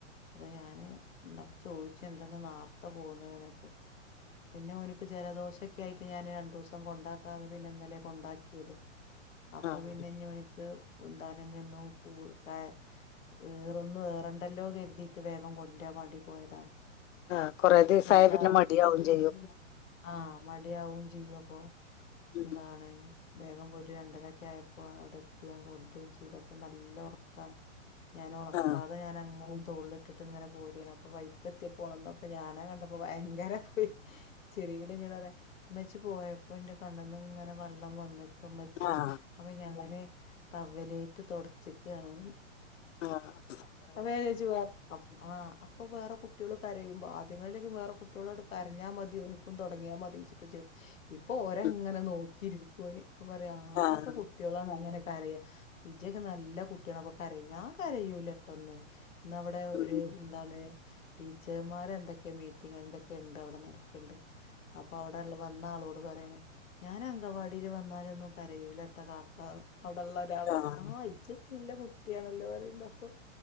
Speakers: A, on the left (about 85°); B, on the left (about 70°).
A: അപ്പൊ ഞാന് എന്ന ചോയ്ച്ചു എന്തെന്ന് ന്നാർത്തെ പോന്നെന്ന് പി പിന്നെ ഓനിക്ക് ജലദോഷൊക്കെ ആയിട്ട് ഞാന് രണ്ടൂസം കൊണ്ടാക്കാതെ പിന്നെ ഇന്നലെ കൊണ്ടാക്കിയത് അപ്പൊ
B: ആഹ്
A: പിന്നെഞ്ഞി ഓന്ക്ക് കുന്താനഞ്ഞൊന്നും കൂ കര് ഏറൊന്നും ഏറണ്ടല്ലോ കര്തീയിട്ട് വേഗം കൊറ്റാൻ വേണ്ടി പോയതാണ്
B: ആഹ് കൊറെ ദിവസായ
A: എന്താണ്
B: പിന്നെ മടിയാവും ചെയ്യും
A: ആഹ് മടിയാവും ചെയ്യും അപ്പൊ
B: ഉം
A: എന്താണ് വേഗം പോയിട്ട് രണ്ടരെക്കെ ആയപ്പ് പ്പോ അവ്ടെ എത്ത്യാ കൊണ്ട് ചെയ്ത്പ്പോ നല്ല ഉറക്കാണ് ഞാൻ ഉണത്താതെ
B: ആഹ്
A: ഞാൻ അങ്ങനെ തോളില്ട്ടിട്ട് ഇങ്ങനെ പോര്യാെണ് അപ്പ വൈക്ക് എത്തിയപ്പോ ഒണർന്നപ്പോ ഞാനാ കണ്ടപ്പോ ഭയങ്കര ഒയി ചെറിയത് എന്നോട് പറയാ ഉമ്മച്ചി പോയപ്പോ എന്റെ കണ്ണ്ന്ന് ഇങ്ങനെ വെള്ളം വന്ന് കമ്മച്ചിയെ
B: ആഹ്
A: അങ്ങനെ തവേലേറ്റ് തുടച്ചിക്കാണ്
B: ആ
A: <unintelligible> ആഹ് അപ്പൊ വേറെ കുട്ടികൾ കരയുമ്പോ ആദ്യങ്ങളിലേക്കെ വേറെ കുട്ടികളോട് കരഞ്ഞാ മതിയോന്ക്കും തുടങ്ങിയാ മതി ഇച്ചിട്ട് ചേറും ഇപ്പൊഓരെങ്ങനെ
B: ഉം
A: നോ കിരുവ് കോല് ഇപ്പം പറയാ ആകാത്ത
B: ആഹ്
A: കുട്ടിയോളാണ് അങ്ങനെെ റയ വിജയ്ക്കെ നല്ല കുട്ടിയണപ്പൊ കര ഞാ കരയൂല. പട്ടന്ന് ഇന്ന് അവിടെ
B: ഉം
A: ഒരു ന്താണ് ടീച്ചമാര് എന്തൊക്കെ മീറ്റിംങ് എന്തൊക്കെ ഉണ്ട് അവിടെ നടക്കണ്ട് അപ്പൊ അവിടെ വന്ന ആളോട് പറയണേ ഞാൻ അങ്കവാടിൽ വന്നാലൊന്നും കരയൂലാട്ട കാക്ക അവിടെള്ള ഒരാളോട്
B: ആഹ്
A: ആ ഇജ്ജ് ഇല്ല കുട്ടിയാണല്ലോ പറയ്ണ്ട് അപ്പൊ